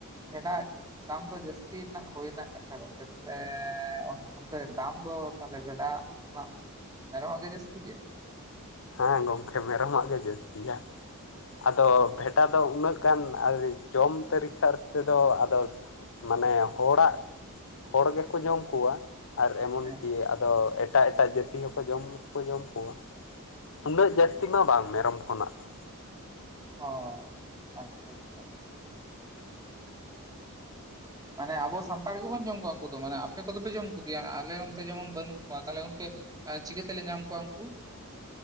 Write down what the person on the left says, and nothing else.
ᱦᱮᱸ ᱜᱚᱢᱠᱮ ᱢᱮᱨᱚᱢᱟᱜ ᱜᱮ ᱡᱟᱹᱥᱛᱤᱭᱟ, ᱟᱫᱚ
ᱵᱷᱮᱰᱟ ᱫᱚ ᱩᱱᱟᱹᱜ ᱠᱟᱱ ᱟᱹᱨᱤ ᱡᱚᱢ ᱛᱟᱹᱨᱤᱠᱷᱟᱨ ᱛᱮᱫᱚ ᱟᱫᱚ ᱢᱟᱱᱮ ᱦᱚᱲᱟᱜ ᱦᱚᱲ ᱜᱮᱠᱚ ᱡᱚᱢ ᱠᱚᱣᱟ᱾ ᱟᱨ ᱮᱢᱚᱱ
ᱠᱤ ᱟᱫᱚ ᱮᱴᱟᱜ ᱮᱴᱟᱜ ᱡᱟᱹᱛᱤ ᱦᱚᱠᱚ ᱡᱚᱢ ᱠᱚ ᱡᱚᱢ ᱠᱚᱣᱟ᱾ ᱩᱱᱟᱹᱜ ᱡᱟᱹᱥᱛᱤ ᱢᱟ ᱵᱟᱝ ᱢᱮᱨᱚᱢ ᱠᱷᱚᱱᱟᱜ ᱫᱚ᱾